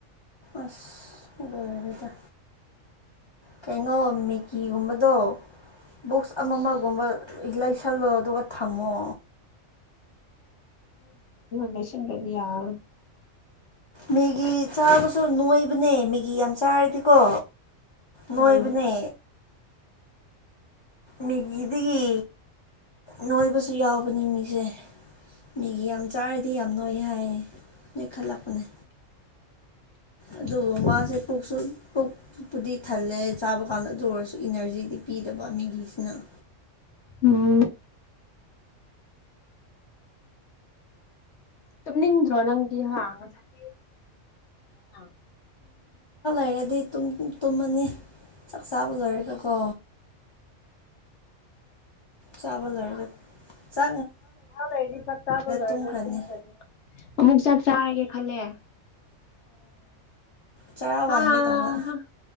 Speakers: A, on the left; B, on the left.
A: ꯑꯁ ꯑꯣꯏ ꯗ ꯀꯩꯅꯣ ꯃꯦꯀꯤꯒꯨꯝꯕꯗꯣ ꯕꯣꯛꯁ ꯑꯃꯃꯒꯨꯝꯕ ꯂꯩꯁꯜꯂꯣ ꯑꯗꯨꯒ ꯊꯝꯃꯣ
B: ꯂꯩꯁꯤꯟꯗꯔ꯭ꯗꯤ ꯌꯔꯔꯣꯏ
A: ꯃꯦꯒꯤ ꯆꯥꯕꯁꯨ ꯅꯣꯏꯕꯅꯦ ꯃꯦꯒꯤ ꯌꯥꯝ ꯆꯥꯔꯗꯤꯀꯣ ꯅꯣꯏꯕꯅꯦ
B: ꯎꯝ
A: ꯃꯦꯒꯤꯗꯒꯤ ꯅꯣꯏꯕꯁꯨ ꯌꯥꯎꯕꯅꯦ ꯃꯤꯁꯦ ꯃꯤꯒꯤ ꯌꯥꯝ ꯆꯥꯔꯗꯤ ꯌꯥꯝ ꯅꯣꯏ ꯍꯥꯏꯌꯦ ꯅꯣꯏꯈꯠꯂꯛꯄꯅꯦ ꯑꯗꯨꯕꯨ ꯃꯥꯁꯦ ꯄꯨꯛꯁꯨ ꯄꯨꯛꯄꯨꯗꯤ ꯊꯜꯂꯦ ꯆꯥꯕ ꯀꯥꯟꯗ ꯑꯗꯨ ꯑꯣꯏꯔꯁꯨ ꯏꯅꯔꯖꯤꯗꯤ ꯐꯤꯗ ꯥꯃꯃꯦꯒꯤ ꯁꯅ
B: ꯎꯝ ꯇꯨꯝꯅꯤꯡꯗ꯭ꯔꯣ ꯅꯪꯗꯤ ꯍꯥ ꯉꯁꯥꯏ ꯅ <inaudible>
A: ꯌꯥꯦ ꯑꯗꯨꯗꯩ ꯇꯨꯝꯃꯅꯤ ꯆꯥꯛ ꯆꯥꯕ ꯂꯣꯏꯔꯦꯒꯀꯣ ꯆꯥꯕ ꯑꯣꯏꯔ ꯆ
B: ꯂꯩꯔꯗꯤ ꯆꯥꯛ ꯆꯥꯕ ꯂꯣꯏꯔꯒ
A: ꯇꯨꯝꯈ꯭ꯔꯅꯤ
B: ꯈꯂ ꯑꯃꯨꯛ ꯆꯥꯛ ꯆꯥꯔꯒꯦ ꯈꯜꯂꯦ
A: ꯆꯔꯥ
B: ꯍꯥ
A: ꯋꯥꯟꯒꯤ ꯇꯧꯕ
B: ꯍꯥ